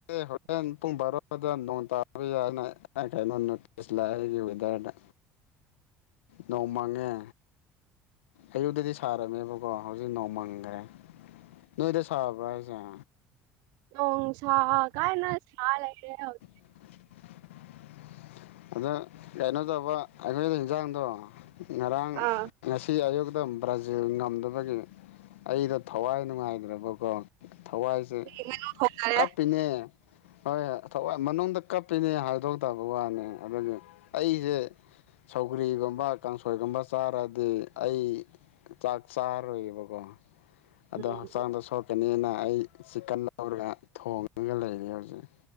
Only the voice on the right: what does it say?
<inaudible>
ꯑꯣꯡ ꯁꯥ ꯀꯥꯏꯅ ꯁꯥ ꯂꯩꯔ‌ꯦ
ꯑꯥ
ꯑꯗꯨꯒꯤ ꯉꯥꯅꯨ ꯊꯣꯡꯅꯔꯦ
ꯎꯝ